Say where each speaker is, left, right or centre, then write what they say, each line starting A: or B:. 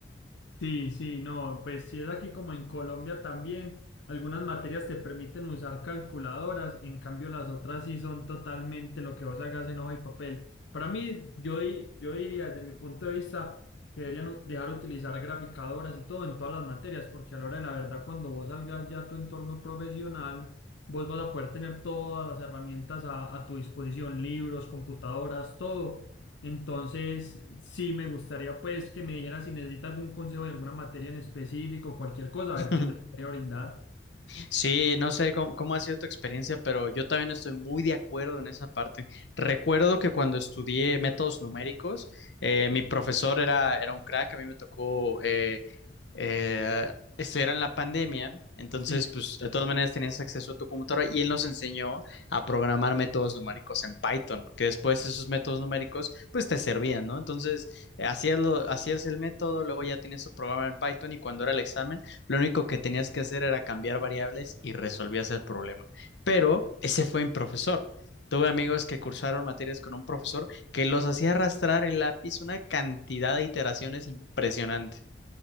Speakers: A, on the left; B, on the left.
A: Sí, sí, no, pues si es aquí como en Colombia también, algunas materias te permiten usar calculadoras, en cambio las otras sí son totalmente lo que vos hagas en hoja y papel. Para mí, yo, di- yo diría desde mi punto de vista que deberían u- dejar utilizar graficadoras y todo en todas las materias, porque a la hora de la verdad, cuando vos salgas ya a tu entorno profesional, vos vas a poder tener todas las herramientas a, a tu disposición, libros, computadoras, todo entonces, sí, me gustaría pues que me dijera si necesita algún consejo de alguna materia en específico, cualquier cosa,
B: <laughs>
A: a ver qué te podría brindar.
B: Sí, no sé cómo, cómo ha sido tu experiencia, pero yo también estoy muy de acuerdo en esa parte. Recuerdo que cuando estudié métodos numéricos, eh, mi profesor era, era un crack, a mí me tocó eh, eh, estudiar en la pandemia, entonces
A: Sí,
B: pues de todas maneras tenías acceso a tu computadora y él nos enseñó a programar métodos numéricos en Python, que después esos métodos numéricos pues te servían, ¿no? Entonces eh, hacías, lo- hacías el método, luego ya tenías tu programa en Python y cuando era el examen lo único que tenías que hacer era cambiar variables y resolvías el problema. Pero ese fue mi profesor. Tuve amigos que cursaron materias con un profesor que los hacía arrastrar el lápiz una cantidad de iteraciones impresionante.